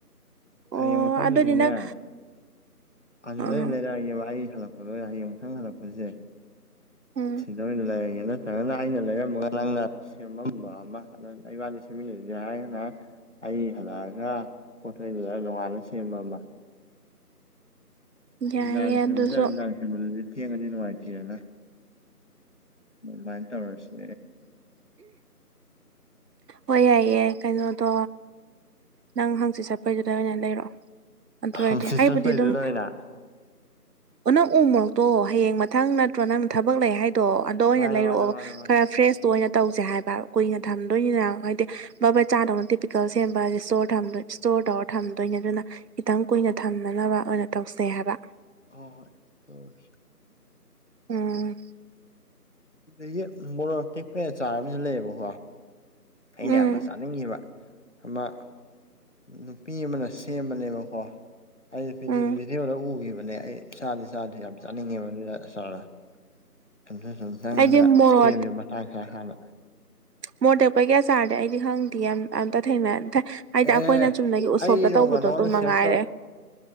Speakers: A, on the left; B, on the right.
A: ꯍꯌꯦꯡ
B: ꯑꯣ
A: ꯃꯊꯪꯖꯗꯅꯦ
B: ꯑꯗꯨꯗꯤ ꯅꯪ
A: ꯑꯗꯨ
B: ꯑꯥ
A: ꯂꯣꯏ ꯂꯩꯔꯛꯏꯅꯦꯦꯕ ꯑꯩ ꯍꯜꯂꯛꯄ ꯂꯣꯏꯔꯦ ꯍꯌꯦꯡ ꯃꯨꯊꯪ ꯍꯜꯂꯛꯄꯁꯦ
B: ꯎꯝ
A: ꯅꯃꯤꯅ ꯂꯦ ꯅ ꯐꯅ ꯑꯩꯅ ꯂꯩꯔꯝꯃꯒ ꯅꯪꯅ ꯁꯦꯝꯃꯝꯕ ꯑꯃ ꯑꯗꯨ ꯂꯩ ꯋꯥꯗ ꯁꯦꯝꯃꯤꯟꯅꯔꯤꯁꯦ ꯍꯥꯏꯔꯒꯅ ꯑꯩ ꯍꯜꯂꯛꯑꯒ ꯄꯣꯊꯣꯏꯗꯨꯗ ꯂꯣꯡꯉꯥꯜꯂꯒ ꯁꯦꯝꯕ ꯑꯃ
B: ꯌꯥꯏꯌꯦ
A: ꯂꯥꯡ ꯁꯦꯝꯕꯜꯁꯦ
B: ꯑꯗꯨꯁꯨ
A: ꯑꯗꯨ ꯂꯥꯡ ꯁꯦꯝꯕꯜꯗꯤ ꯊꯦꯡꯉꯗꯤ ꯅꯨꯡꯉꯥꯏꯇꯦꯔꯦꯅ ꯎꯥꯏꯟ ꯇ ꯋꯥꯔꯁꯦ
B: ꯍꯣꯏ ꯌꯥꯏꯌꯦꯏ ꯀꯩꯅꯣꯗꯣ ꯅꯪ ꯍꯪꯆꯤꯠ ꯆꯠꯄꯩꯗꯨꯗ ꯑꯣꯏꯅ ꯂꯩꯔꯛꯑꯣ ꯑꯗꯨ
A: ꯍꯪꯆꯤꯠ
B: ꯑꯣꯏꯔꯗꯤ ꯑꯩꯕꯨꯗꯤ
A: ꯆꯠꯄꯩꯗꯨꯗ
B: ꯑꯗꯨꯝ
A: ꯑꯣꯏꯅ
B: ꯑꯣ ꯅꯪ ꯎꯃꯣꯛꯛꯇꯣ ꯍꯌꯦꯡ ꯃꯊꯪ ꯅꯠꯇ꯭ꯔꯣ ꯅꯪꯅ ꯊꯕꯛ ꯂꯩ ꯍꯥꯏ ꯑꯣ ꯑꯗꯣ ꯑꯣꯏꯅ
A: ꯃꯥꯅꯦ
B: ꯂꯩꯔꯛꯑꯣ
A: ꯃꯥꯅꯦ ꯃꯥꯅꯦ ꯃꯥꯅꯦ
B: ꯈꯔ ꯐ꯭ꯔꯦꯁꯇꯣ ꯑꯣꯏꯅ ꯇꯧꯁꯦ ꯍꯥꯏꯕ ꯀꯨꯏꯅ ꯊꯝꯗꯣꯏꯅꯤꯅ ꯍꯥꯏꯗꯤ ꯕꯕꯥꯔ ꯆꯥꯗꯧꯅ ꯄꯤꯀꯦꯜ ꯁꯦꯝꯕ ꯍꯥꯏꯗꯤ ꯏꯁꯇ ꯏꯁꯇꯣꯔ ꯇꯧꯔ ꯊꯝꯗꯣꯏꯅꯦ ꯑꯗꯨꯅ ꯈꯤꯇꯪ ꯀꯨꯏꯅ ꯊꯝꯅꯅꯕ ꯑꯣꯏꯅ ꯇꯧꯁꯦ ꯍꯥꯏꯕ
A: ꯍ ꯍꯣꯏ ꯇꯧꯔꯁꯤ
B: ꯎꯝ
A: ꯗꯒꯤ ꯃꯣꯔꯣꯛ ꯇꯦꯛꯄ ꯆꯥꯔ ꯑꯃꯁꯨ ꯂꯩꯌꯦꯕꯀꯣ ꯑꯩꯅ
B: ꯎꯝ
A: ꯌꯥꯝꯅ ꯆꯥꯅꯤꯡꯈꯤꯕ ꯑꯃ ꯅꯨꯄꯤ ꯑꯃꯅ ꯁꯦꯝꯕꯅꯦꯕꯀꯣ ꯑꯩ
B: ꯎꯝ
A: ꯕꯤꯗꯤꯌꯣꯗ ꯎꯈꯤꯕꯅꯦ ꯑꯩ ꯆꯥꯗꯤ ꯆꯥꯗꯔꯤ ꯌꯥꯝ ꯆꯥꯅꯤꯡꯉꯦꯕ ꯑꯗꯨꯢ ꯑꯆꯥꯔꯗꯣ ꯁꯨꯝꯊꯪ ꯁꯨꯝꯊꯪꯒ
B: ꯑꯩꯗꯤ ꯃꯣꯔꯣꯛ
A: ꯁꯦꯝꯁꯦ ꯃꯇꯥꯡ ꯆꯥꯔ ꯀꯥꯟꯗ
B: ꯃꯣꯔ ꯇꯦꯛꯄꯒꯤ ꯑꯆꯥꯥꯔꯗꯤ ꯑꯩꯗꯤ ꯈꯪꯗꯦ ꯑꯝꯇ ꯊꯦꯡꯅꯗꯦ ꯍꯥꯏꯗꯤ
A: ꯑꯦ
B: ꯑꯩꯈꯣꯏꯅ ꯆꯨꯝꯅꯒꯤ ꯎꯠꯁꯣꯞꯇ
A: ꯑꯩ ꯅꯣꯡꯃ
B: ꯇꯧꯕꯗꯣ
A: ꯅꯉꯣꯟꯗ
B: ꯑꯗꯨꯝ
A: ꯁꯤꯌꯔ
B: ꯃꯉꯥꯏꯔꯦ